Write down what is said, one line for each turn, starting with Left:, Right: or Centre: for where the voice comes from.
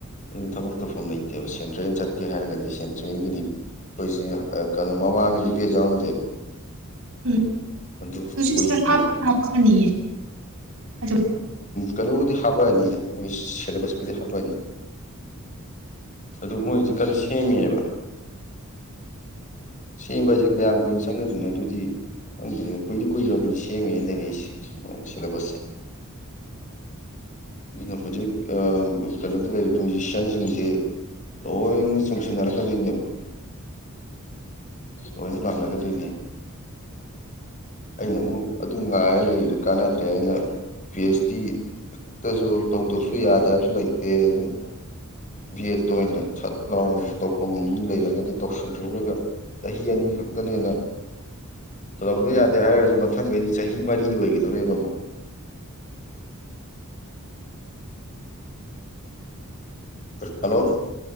Left: ꯑꯗꯨ ꯊꯕꯛ ꯇꯧꯐꯝ ꯂꯩꯇꯦꯕ ꯁꯦꯟꯇ꯭ꯔꯦꯜ ꯆꯠꯀꯦ ꯍꯥꯏꯔꯒꯗꯤ ꯁꯦꯟꯇ꯭ꯔꯦꯜꯒꯤꯗꯤ ꯑꯩꯈꯣꯏꯁꯤ ꯀꯩꯅꯣ ꯃꯃꯥꯡꯒꯗꯤ ꯕꯦ ꯌꯥꯧꯔꯝꯗꯦꯕ
Right: ꯎꯝ
Left: ꯃꯗꯨ
Right: ꯍꯧꯖꯤꯛꯁꯦ
Left: ꯀꯣꯏ ꯀꯔꯤ
Right: ꯍꯥꯞꯇꯤ ꯍꯥꯞꯄꯅꯤꯌꯦ ꯑꯗꯨꯝ
Left: ꯀꯩꯅꯣꯕꯨꯗꯤ ꯍꯥꯞꯄꯑꯅꯤꯅ ꯃꯣꯏ ꯁꯦꯂꯦꯕꯁꯄꯨꯗꯤ ꯍꯥꯞꯄꯑꯅꯤ ꯑꯗꯨ ꯃꯣꯏ ꯍꯧꯁꯤ ꯀꯟꯅ ꯁꯦꯝꯃꯤꯑꯕ
Right: <unintelligible>
Left: ꯁꯦꯝꯕ ꯍꯥꯏꯁꯦ ꯀꯌꯥꯝ ꯀꯨꯏꯅ ꯆꯪꯒꯗꯣꯏꯣ ꯑꯗꯨꯗꯤ ꯑꯗꯨꯪꯗꯤ ꯀꯨꯏꯗꯤ ꯀꯨꯏꯔꯕꯅꯤ ꯁꯦꯝꯃꯦ ꯂꯩꯔꯛꯏꯁꯦ ꯁꯤꯂꯦꯕꯁꯁꯦ
Right: <unintelligible>
Left: ꯑꯗꯨ ꯍꯧꯖꯤꯛ ꯀꯩꯅꯣꯗ ꯂꯩꯔꯤꯕ ꯃ꯭ꯌꯨꯖꯤꯁꯤꯌꯥꯟꯁꯤꯡꯁꯦ ꯂꯣꯏꯅ ꯆꯣꯡꯁꯤꯟꯅꯔꯛꯀꯗꯣꯏꯅꯦꯕ ꯂꯣꯏꯅ ꯂꯥꯛꯅꯒꯗꯣꯏꯅꯦ ꯑꯩꯅ ꯑꯃꯨꯛ ꯑꯗꯨ ꯉꯥꯏ ꯂꯩꯔꯤꯗꯣ ꯀꯥꯟꯅꯗ꯭ꯔꯦ ꯑꯅ ꯄꯤ ꯑꯩꯆ ꯗꯤ ꯈꯛꯇꯁꯨ ꯇꯧꯗꯕꯁꯨ ꯌꯥꯗꯦ ꯍꯥꯏꯕꯁꯨ ꯂꯩꯇꯦ ꯑꯗꯨꯅ ꯚ ꯑꯦꯠꯇ ꯑꯣꯏꯅ ꯁꯠ ꯂꯥꯎꯅ ꯇꯧꯐꯝ ꯑꯃ ꯂꯩꯔꯒꯗꯤ ꯇꯧꯁꯤꯜꯍꯧꯔꯒ ꯆꯍꯤ ꯑꯅꯤ ꯈꯛꯇ ꯂꯦꯟꯅ ꯇꯧꯗꯣ ꯌꯥꯗꯦ ꯍꯥꯏꯔꯒꯁꯨ ꯃꯊꯪꯈꯩꯗꯤ ꯆꯍꯤ ꯃꯔꯤ ꯑꯣꯏꯒꯗꯧꯣꯔꯦꯕ ꯑꯃꯨꯛ ꯍꯜꯂꯣ